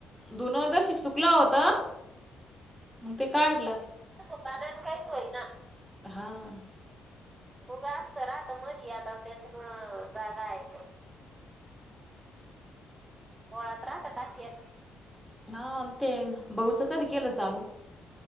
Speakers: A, in the centre; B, on the right.
A: दुनं दर्शिक सुकलं होतं मग ते काढलं
B: पानान काहीच होई ना
A: हा..
B: होघ आमचं राहत मधी आता त्याच्यामुळं जागा आहे बोळात राहता का <unintelligible>
A: हा ते भाऊच कधी केलं चालू